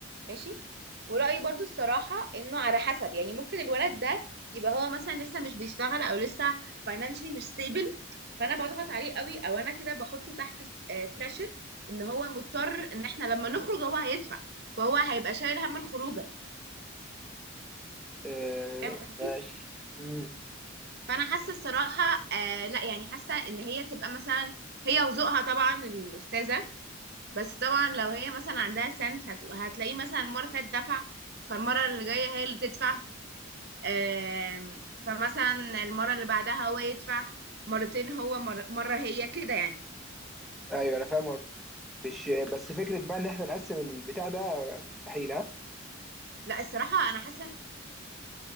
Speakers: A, on the right (about 50°); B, in the centre.
A: ماشي
B: مم.
A: ورايي برضو الصراحه انه على حسب يعني ممكن الولد ده يبقى هو مثلا لسه مش بيشتغل او لسه فاينانشلي مش ستيبل فانا بضغط عليه قوي او انا كده بحطه تحت بريشر ان هو مضطر ان احنا لما نخرج هو هيدفع فهو هيبقى شايل هم الخروجه
B: إيه
A: فاهم قصدي
B: ماشي مم.
A: فانا حاسه الصراحه آه لا يعني حاسه ان هي تبقى مثلا هي وذوقها طبعا الاستاذه بس طبعا لو هي مثلا عندها سنس هت... هتلاقيه مثلا المره اللي فاتت دفع فالمره اللي جايه هي اللي تدفع آم، فمثلا المره اللي بعدها هو يدفع مرتين هو مر... مره هي كده يعني
B: ايوه انا فاهم قصدك. مش بس فكره بقى ان احنا نقسم البتاع ده مستحيل ها
A: لا الصراحه انا حاسه